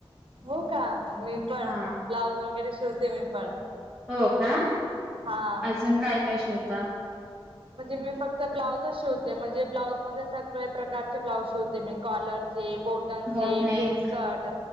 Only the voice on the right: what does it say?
हो का मी पण
ब्लाऊज वगैरे शिवते मी पण
हा
म्हणजे मी फक्त ब्लाउजच शिवते म्हणजे ब्लाउज मध्ये सगळे प्रकारचे ब्लाउज शिवते मी कॉलरचे बोट टानचे
प्रिन्स कट